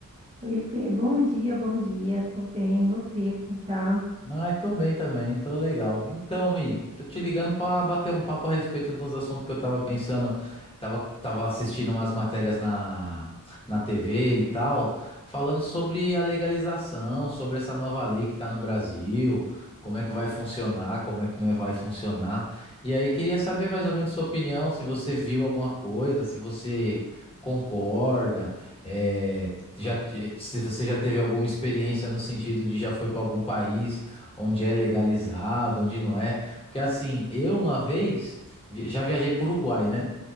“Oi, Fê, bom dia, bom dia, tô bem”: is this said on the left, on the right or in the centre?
Right